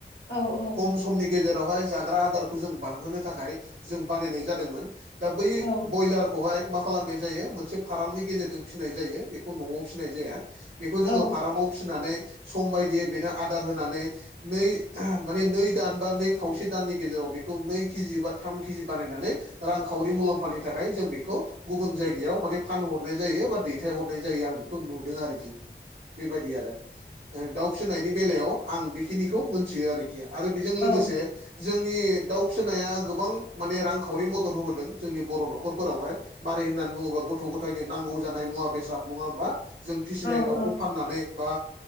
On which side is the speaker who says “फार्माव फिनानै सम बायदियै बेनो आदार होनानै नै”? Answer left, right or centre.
Right